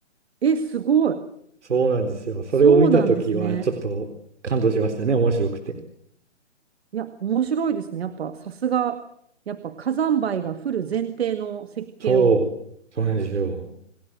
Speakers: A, on the right; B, on the right.
A: え、すごい。
B: そうなんですよ。それを見た時は、
A: そうなんですね。
B: ちょっと感動しましたね。面白くて。
A: いや、面白いですね。やっぱ、さすが、やっぱ火山灰が降る前提の設計を
B: そう。そうなんですよ。